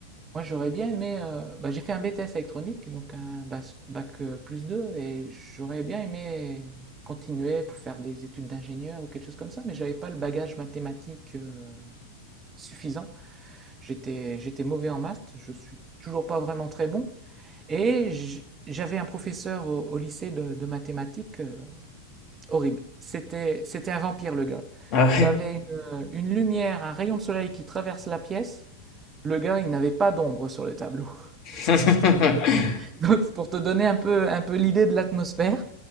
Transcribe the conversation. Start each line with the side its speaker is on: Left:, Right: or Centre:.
Right: Moi, j'aurais bien aimé. euh, bah, j'ai fait un BTS électronique, donc un bas- bac, euh, plus 2, et j'aurais bien aimé continuer pour faire des études d'ingénieur ou quelque chose comme ça, mais j'avais pas le bagage mathématique euh, suffisant. J'étais, j'étais mauvais en maths, je suis toujours pas vraiment très bon, et j- j'avais un professeur au, au lycée de, de mathématiques euh, horrible. C'était, c'était un vampire, le gars.
Left: Ah ouais.
Right: T'avais une, une lumière, un rayon de soleil qui traverse la pièce. Le gars, il n'avait pas d'ombre sur le tableau.
Left: <laughs>
Right: <laughs> Donc, c'est pour te donner un peu, un peu l'idée de l'atmosphère,